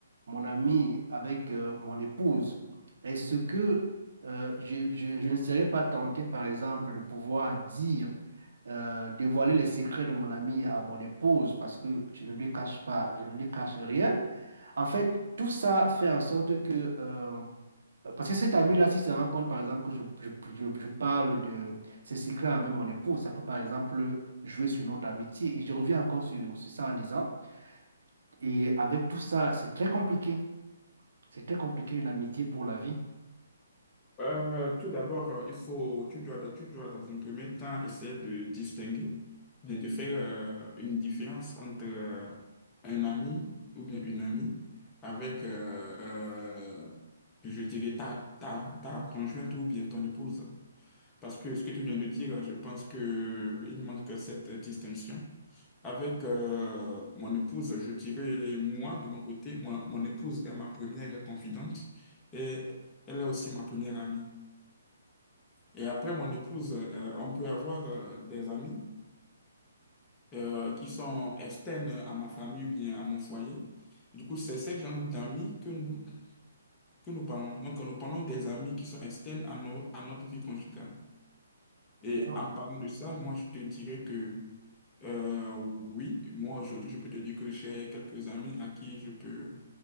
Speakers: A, on the right (about 65°); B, on the left (about 20°).
A: mon ami avec euh, mon épouse, est-ce que euh, je, je- je ne serais pas tenté, par exemple, de pouvoir dire, euh, dévoiler les secrets de mon ami à mon épouse parce que je ne lui cache pas, je ne lui cache rien? En fait, tout ça fait en sorte que, euh, parce que cet ami-là, si se rend compte, par exemple, que je, je, je, je parle de ces secrets avec mon épouse, ça peut, par exemple, jouer sur notre amitié. Et je reviens encore sur, sur ça en disant, et avec tout ça, c'est très compliqué. C'est très compliqué une amitié pour la vie.
B: Euh, tout d'abord, euh, il faut, tu dois, tu dois dans un premier temps essayer de distinguer, bien de faire euh, une différence entre euh, un ami ou bien une amie avec, euh, euh, je dirais, ta, ta, ta conjointe ou bien ton épouse. Parce que ce que tu viens de dire, je pense que euh, il manque cette distinction. Avec euh, mon épouse, je dirais, moi, de mon côté, moi, mon épouse est ma première confidente et elle est aussi ma première amie. Et après, mon épouse, euh, on peut avoir euh, des amis euh, qui sont externes à ma famille ou bien à mon foyer. Du coup, c'est ce genre d'amis que nous, que nous parlons. Donc, nous parlons des amis qui sont externes à, nos- à notre vie conjugale. Et
A: Et
B: en parlant de ça, moi, je te dirais que euh, oui, moi, aujourd'hui, je peux te dire que j'ai quelques amis à qui je peux